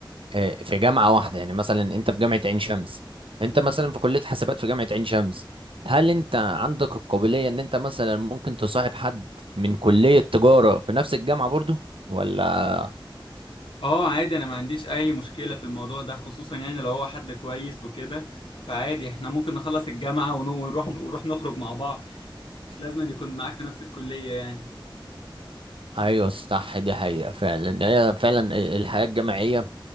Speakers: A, on the right; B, on the left.
A: آه، في جامعه واحده يعني مثلا انت في جامعه عين شمس انت
B: مم.
A: مثلا في كليه حاسبات في جامعه عين شمس هل انت عندك القابليه ان انت مثلا ممكن تصاحب حد من كليه تجاره في نفس الجامعه برضو ولا
B: اه عادي انا ما عنديش اي مشكلة في الموضوع ده خصوصا يعني لو هو حد كويس وكده فعادي احنا ممكن نخلص الجامعة ونو- ونروح نروح نخرج مع بعض مش لازم أن يكون معاك في نفس الكلية يعني
A: ايوه صح دي حقيقه فعلا هي فعلا الحياه الجامعيه